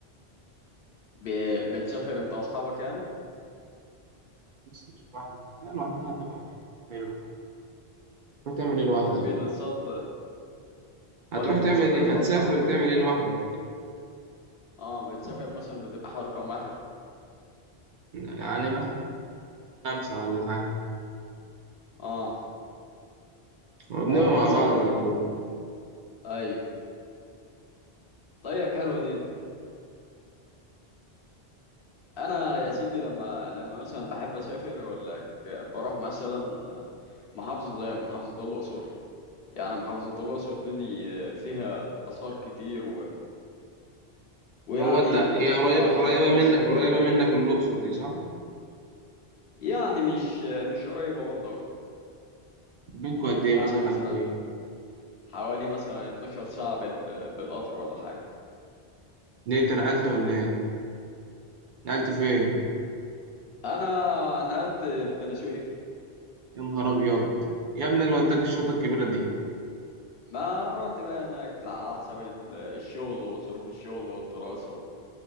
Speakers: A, on the left (about 65°); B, on the right (about 60°).
A: ب... بتسافر انت واصحابك يعني
B: بس مش لوحدك لا لوحدها هتبقى مش حلو تروح تعمل ايه لوحدك
A: ابو حميد السط
B: هتروح
A: بقول لك
B: تعمل
A: بتسافر
B: ايه
A: انت
B: هتسافر
A: واصحابك
B: تعمل ايه لوحدك
A: اه بتسافر مثلا بتبقى حوالي كام واحد
B: يعني مثلا خمسة ولا حاجة
A: اه
B: وبنبقى
A: هو انت
B: مع
A: اساسا
B: بعض على طول
A: اي طيب حلوه دي انا يا سيدي لما لما مثلا بحب اسافر اقول لك بروح مثلا محافظه زي محافظه الاقصر يعني محافظه الاقصر دي, دي فيها اثار كتير ويعني
B: هو انت هي
A: بتدل
B: قريبة
A: على الحضارة
B: قريبة
A: المصرية
B: منك قريبة
A: جامد
B: منك الأقصر دي صح؟
A: يعني مش مش قريبة برضه أوي
B: بينكوا قد ايه
A: يعني
B: مسافة
A: مثلا
B: قد ايه
A: حوالي مثلا 12 ساعة بال... بالقطر ولا حاجة
B: ليه انت نقلت ولا ايه نقلت فين
A: أنا نقلت في بني سويف
B: يا نهار ابيض يا ابني اللي وداك الشوطة الكبيرة دي
A: ما رحت بقى هناك لا على حسب ال- الشغل وظروف الشغل والدراسة و...